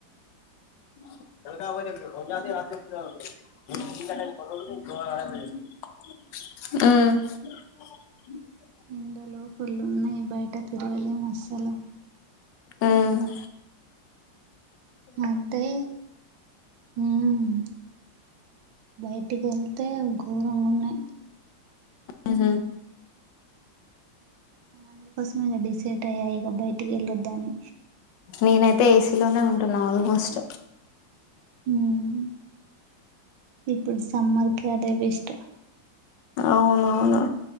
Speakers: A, on the left (about 75°); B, on the right (about 75°).
A: ఉ ఎజ రా అడ ఉమ్
B: ఎండ లు పులున్నాయి బయట తిరగలేం అస్సలు
A: ఉమ్
B: మద్దే ఉమ్ బయటికి కేళ్తే ఘోరంగా ఉన్నాయి.
A: ఆహ
B: అందుకోసం ఇక డిసైడ్ అయ్యా ఇక బయటికి వెళొద్దని
A: నేనైతే ఏసీలోనే ఉంటున్నా ఆల్మోస్ట్
B: ఉమ్ ఇప్పుడు సమ్మర్ కి అదే బెస్ట్
A: అవునవును